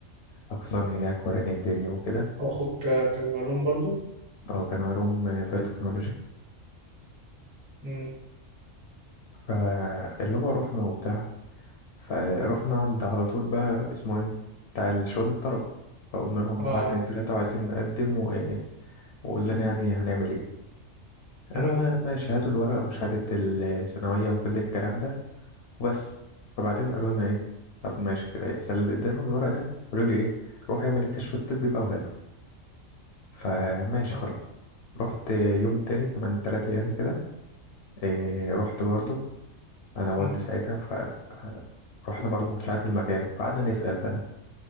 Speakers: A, on the left; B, on the right.
A: الاقسام هناك وراني الدنيا وكده
B: واخوك كان معلوم برضو
A: هو كان علوم آه، بايوتكنولوجي
B: امم
A: فاللي هو رحنا وبتاع فروحنا عند على طول بقى اسمه ايه بتاع شؤون الطلبه فقلنا لهم
B: اه
A: واحد اتنين
B: ايوه
A: تلاته وعايزين نقدم و... وقول لنا يعني هنعمل ايه قالوا
B: امم
A: آه، ماشي هاتوا الورق وشهاده الثانويه وكل الكلام ده وبس فبعدين قالوا لنا ايه طب ماشي كده إيه؟ سل اديلهم الورق ده قالوا لي ايه روح اعمل الكشف الطبي بقى وهاته فماشي
B: اه
A: خلاص رحت يوم تاني كمان تلات ايام كده إيه رحت برضو انا والدي
B: امم
A: ساعتها ف ف- رحنا برضو مش عارف المكان فقعدنا نسأل بقى